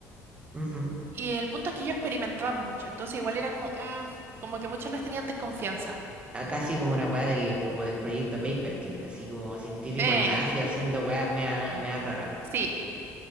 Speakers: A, on the right; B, on the right.
A: ujú.
B: Y el punto es que ellos experimentaban mucho, entonces igual era como, mm, como que muchos les tenían desconfianza.
A: a casi como una weá del, como del proyecto Paperclip, así como científicos
B: Eh,
A: nazis haciendo weas mea, mea rara.
B: sí,